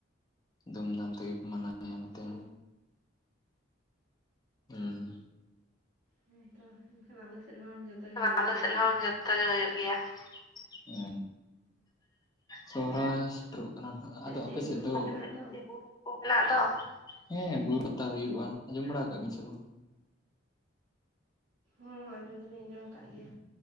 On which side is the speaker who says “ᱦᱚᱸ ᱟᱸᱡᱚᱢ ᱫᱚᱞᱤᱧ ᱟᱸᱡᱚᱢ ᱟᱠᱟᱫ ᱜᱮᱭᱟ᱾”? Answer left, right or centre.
Right